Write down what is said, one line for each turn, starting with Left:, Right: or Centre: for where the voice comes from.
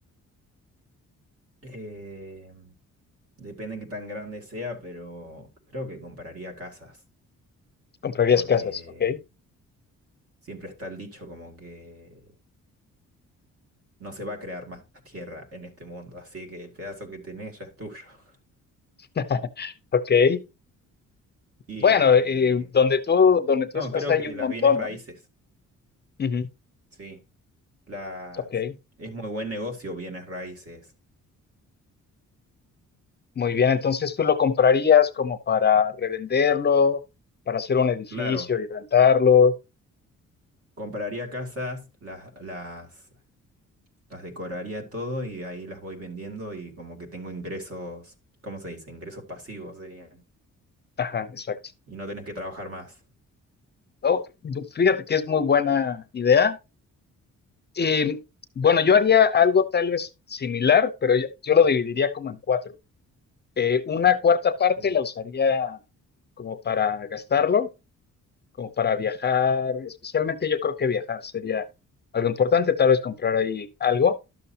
Right: Eh, Depende de qué tan grande sea, pero creo que compararía casas,
Left: Comprarías
Right: porque
Left: casas, ¿ok?
Right: siempre está el dicho como que no se va a crear más <laughs> tierra en este mundo, así que el pedazo que tenés ya es tuyo. <laughs>
Left: <laughs> Ok.
Right: Y
Left: Bueno, eh, donde tú, donde tú
Right: no,
Left: estás
Right: creo
Left: hay
Right: que
Left: un
Right: las
Left: montón,
Right: bienes raíces,
Left: ¿no? Ujú.
Right: sí, las
Left: Ok.
Right: es muy buen negocio bienes raíces.
Left: Muy bien, entonces tú lo comprarías como para revenderlo, para hacer un edificio
Right: Claro,
Left: y rentarlo.
Right: compraría casas, las las las decoraría todo y ahí las voy vendiendo y como que tengo ingresos, ¿cómo se dice? Ingresos pasivos serían.
Left: Ajá, exacto.
Right: y no tenés que trabajar más.
Left: Oh, bu- fíjate que es muy buena idea. Eh, bueno, yo haría algo tal vez similar, pero yo, yo lo dividiría como en cuatro. Eh, una cuarta parte
Right: Sí,
Left: la usaría como para gastarlo, como para viajar, especialmente yo creo que viajar sería algo importante, tal vez comprar ahí algo.